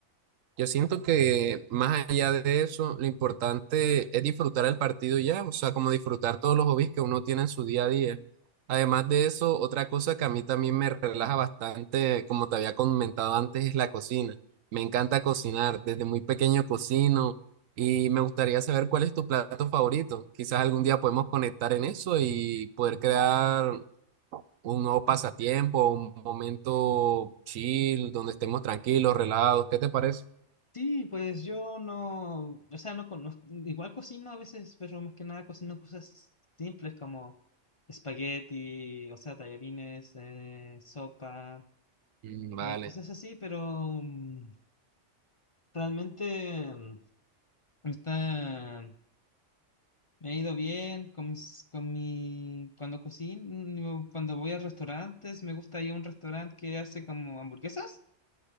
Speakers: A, on the right (about 85°); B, on the left (about 35°).
A: Yo siento que más allá de eso, lo importante es disfrutar el partido y ya, o sea, como disfrutar todos los hobbies que uno tiene en su día a día. Además de eso, otra cosa que a mí también me relaja bastante, como te había comentado antes, es la cocina. Me encanta cocinar, desde muy pequeño cocino y me gustaría saber cuál es tu plato favorito. Quizás algún día podemos conectar en eso y poder crear un nuevo pasatiempo, un momento chill, donde estemos tranquilos, relajados. ¿Qué te parece?
B: Sí, pues yo no, o sea, no conozco, igual cocino a veces, pero más que nada cocino cosas simples como espagueti, o sea, tallarines, eh, sopa,
A: Mm, Vale.
B: eh, cosas así, pero mm, realmente mm, está, me ha ido bien con mis, con mi, cuando cocino, mm, cuando voy a restaurantes, me gusta ir a un restaurante que hace como hamburguesas